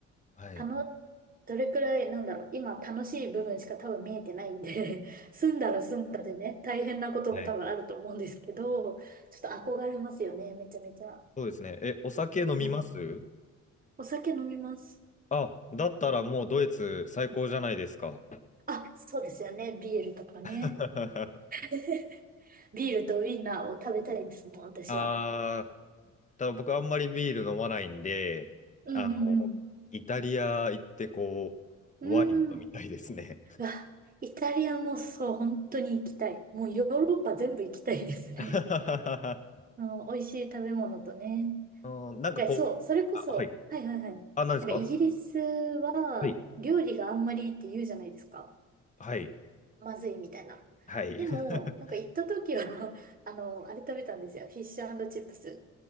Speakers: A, on the left; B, on the right.
A: はい。
B: たの、どれくらい、なんだろう、今楽しい部分しか多分見えてないんで <laughs> 住んだら住んだでね、大変なことも多分あると思うんですけど、
A: はい。
B: ちょっと憧れますよね、めちゃめちゃ。
A: そうですね。え、お酒飲みます
B: うん。お酒飲みます。
A: あ、だったらもうドイツ最高じゃないですか。
B: あ、そうですよね、ビールとかね。
A: <laughs>
B: <laughs> ビールとウインナーを食べたいですもん、私は。
A: あー、ただ僕あんまりビール飲まないんで、
B: うんうん
A: あの、イタリア行ってこう、
B: うん。
A: ワイン飲みたいですね。
B: うーん。うわ、イタリアもそう、本当に行きたい。もうヨーロッパ全部行きたいですね。
A: <laughs>
B: うん、美味しい食べ物とね。
A: うん、なんかこう、
B: なんかそう、それこそ、
A: あ、はい。
B: はいはいはい。なんかイギリスは料理があんまりって言うじゃないですか。
A: あ、何ですかはい。はい。
B: まずいみたいな。
A: はい。
B: でも、
A: <laughs>
B: なんか行った時は <laughs> あの、あれ食べたんですよ。フィッシュチップス